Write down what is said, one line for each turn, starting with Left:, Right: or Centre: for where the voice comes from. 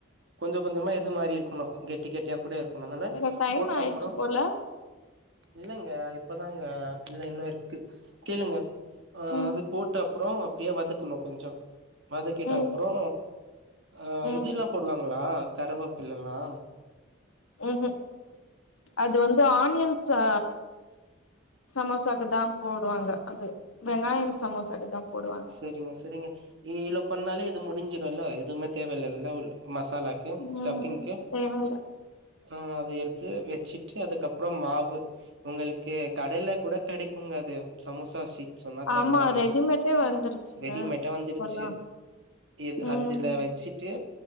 Right: கொஞ்ச கொஞ்சமா இது மாரி இர்க்கணு கெட்டி கெட்டியா கூட இருக்கணு அதுனால
Left: எங்க டைம்
Right: போட்டப்றோ
Left: ஆயிடுச்சு போல
Right: இல்லங்க இப்பதாங்க இல்ல இன்னு இருக்கு கேளுங்க ஆ
Left: ம்
Right: அது போட்டப்றோ அப்டியே வதக்குணு கொஞ்சோ வதக்கிட்டு
Left: ம்
Right: அப்றோ அ
Left: ம்
Right: இதுல்லா போடுவாங்களா கருவேப்பிலல்லா
Left: ம்ம் அது வந்து ஆனியன் சா சமோசாக்கு தா போடுவாங்க அது வெங்காயோ சமோசாக்கு தா போடுவாங்க
Right: செரிங்க செரிங்க ஈல பண்ணாலே இது முடிஞ்சிரு இல்ல இது மத் தேவயான லெவலு மசாலாக்கு
Left: ம்
Right: ஸ்டஃபிங்க்கு
Left: தேவல்ல
Right: ஆ அத எடுத்து வெச்சிட்டு அதுக்கப்றோ மாவு உங்களுக்கு கடைல கூட கெடைக்குங்க அது சமோசா ஸீட் சொன்னா தருவாங்க
Left: ஆமா ரெடிமேட்டே வந்துருச்சுல்ல
Right: ரெடிமேட்டா வந்துடுச்சு
Left: இப்பல்லா
Right: இது
Left: ம்
Right: அதுல வெச்சிட் டு